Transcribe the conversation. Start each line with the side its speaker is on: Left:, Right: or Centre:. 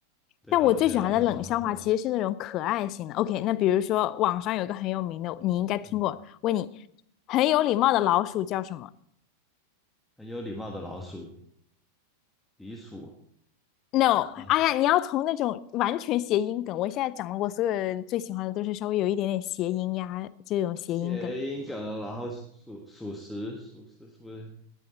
Centre: 对啊，
Left: 但我最喜欢的冷笑话其实是那种可爱型的。
Centre: 我觉得还蛮好玩的。
Left: OK，那比如说网上有一个很有名的，你应该听过。
Centre: 嗯，
Left: 问你，很有礼貌的老鼠叫什么
Centre: 很有礼貌的老鼠，狸鼠
Left: ？No，
Centre: 啊，
Left: 哎呀，你要从那种完全谐音梗。我现在讲的，我所有人最喜欢的都是稍微有一点点谐音呀，这种谐音梗。
Centre: 谐音梗，然后属属实，属实是不是